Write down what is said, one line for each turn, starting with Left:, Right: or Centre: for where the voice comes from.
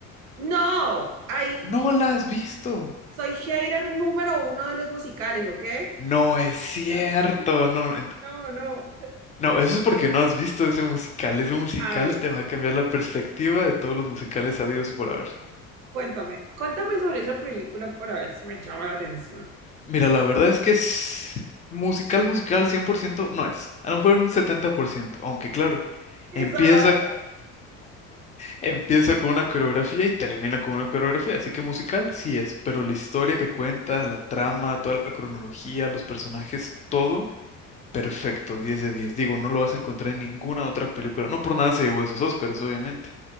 Right: No, ay,
Left: No la has visto.
Right: soy hater número uno de los musicales, ¿ok?
Left: No es cierto,
Right: <laughs>
Left: no.
Right: No, no.
Left: No, eso es porque no has visto ese musical. Ese musical
Right: A ver.
Left: te va a cambiar la perspectiva de todos los musicales sabidos y por haber.
Right: Cuéntame, cuéntame sobre esa película para ver si me llama la atención.
Left: Mira, la verdad es que s- musical, musical 100% no es. A lo mejor en un 70%, aunque claro,
Right: Esa
Left: empieza,
Right: dar-
Left: empieza con una coreografía y termina con una coreografía. Así que musical sí es, pero la historia que cuenta, la trama, toda la cronología, los personajes, todo perfecto, 10 de 10. Digo, no lo vas a encontrar en ninguna otra película. No por nada se llevó esos Oscars, obviamente.